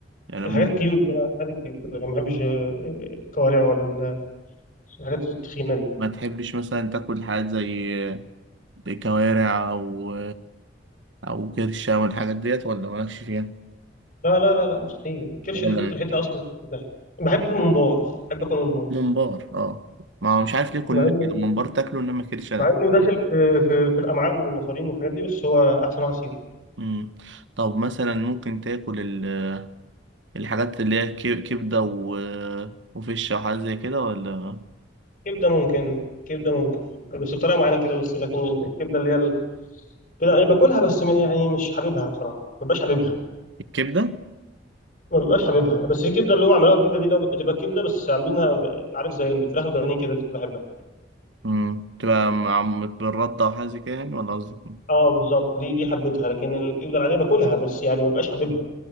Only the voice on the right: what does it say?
يعني
أنا من-
ما تحبش مثلا تاكل حاجات زي كوارع او او كرشه والحاجات ديت ولا مالكش فيها
ولا
ممبار اه ما هو مش عارف ليه كلنا
كده ممبار تاكله انما كرشه لا
مم. طب مثلا ممكن تاكل ال- الحاجات اللي هي كي- كبده و... وفشه وحاجات زي كده ولا
الكبده
امم تبقى مع بالرده وحاجه زي كده يعني ولا قصدك